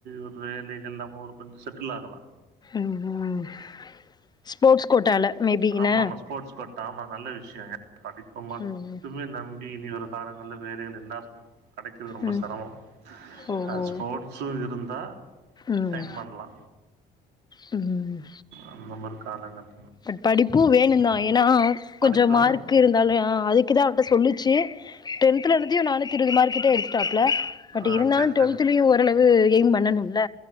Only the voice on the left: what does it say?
ம் ஹும்‌ ஸ்போர்ட்ஸ் கோட்டால மேபி
என்ன
ம் ம்
ம்
ஓ
ஓ
ம்
ம்
பட் படிப்பு வேணு தா ஏனா
கொஞ்சோ
மார்க் இரு ந்தாலு அதுக்குதா அவர்ட்ட சொல்லுச்சு டென்த்ல என்னத்தியோ நானூத்தி இருவது மார்க் கிட்ட எடுத்துட்டாப்ல பட்
இருந்தாலு
டுவெல்த்லயு ஓரளவு எய்ம் பண்ணணும்ல